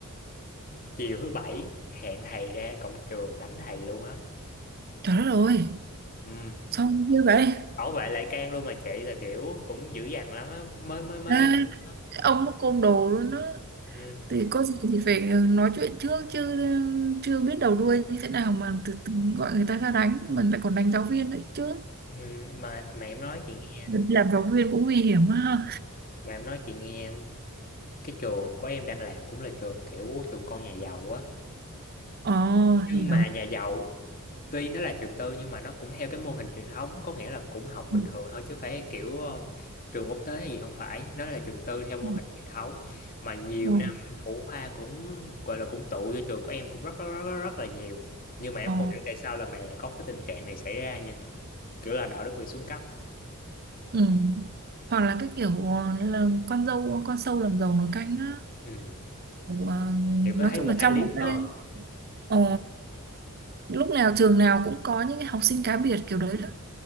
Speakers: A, on the left (about 40°); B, on the right (about 45°).
A: chiều thứ bảy hẹn thầy ra cổng trường đánh thầy luôn á
B: trời đất ơi
A: ừ.
B: sao như vậy
A: bảo vệ lại can luôn mà chị là kiểu cũng dữ dằn lắm á mới mới mới
B: à,
A: như vậy á.
B: cái ông nó côn đồ luôn đó
A: ừ.
B: thì có gì thì phải nói chuyện trước chứ chưa biết đầu đuôi như thế nào mà từ, từ gọi người ta ra đánh mình lại còn đánh giáo viên nữa chứ
A: Ừ. mà mà em nói chị nghe
B: làm giáo viên cũng nguy hiểm ha
A: mà em nói chị nghe cái trường của em đang làm cũng là trường kiểu trường con nhà giàu á
B: ờ
A: nhưng
B: hiểu
A: mà nhà giàu tuy nó là trường tư nhưng mà nó cũng theo cái mô hình truyền thống có nghĩa là cũng học bình
B: Ừ,
A: thường thôi chứ phải kiểu ờ, trường quốc tế hay gì không phải nó là trường tư theo mô
B: ừ.
A: hình truyền thống mà nhiều
B: Ừ.
A: năm thủ khoa cũng gọi là cũng tụ vô trường của em cũng rất rất rất, rất rất là nhiều nhưng mà em
B: Ờ,
A: không hiểu tại sao lần này lại có cái tình trạng này xảy ra nha kiểu là đạo đức bị xuống cấp
B: ừ. Hoặc là cái kiểu ờ, là con dâu con sâu làm dầu nồi canh á
A: ừ.
B: Kiểu, ờ,
A: kiểu
B: nói
A: có thấy
B: chung
A: một
B: là
A: hai
B: trong
A: clip
B: một cái
A: ngờ
B: ờ, lúc nào trường nào cũng có những cái học sinh cá biệt kiểu đấy đó